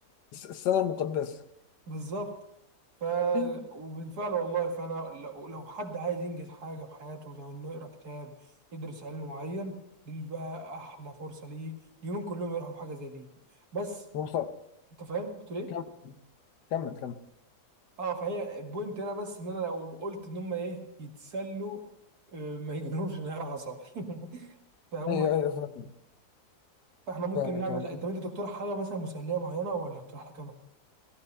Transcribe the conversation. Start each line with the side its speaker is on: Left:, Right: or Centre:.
Left: الس- السنة المقدسة
Right: بالظبط ف
Left: <laughs>
Right: وبالفعل والله فانا لو لو حد عايز ينجز حاجه في حياته زي انه يقرا كتاب يدرس علم معين دي بقى احلى فرصه ليه ليهم كلهم يروحوا بحاجه زي دي بس
Left: بص
Right: انت فاهم قلت ليه
Left: كمل كمل كمل
Right: اه فهي البوينت هنا بس ان انا لو قلت ان هم ايه يتسلوا آه، ما يجنوش انهيار عصبي <laughs> فهم
Left: ايوه ايوه فاهمك
Right: فاحنا ممكن
Left: فاهمك
Right: نعمل
Left: فاهمك
Right: انت انت تقترح حاجه مثلا مسليه معينه ولا اقترح لك انا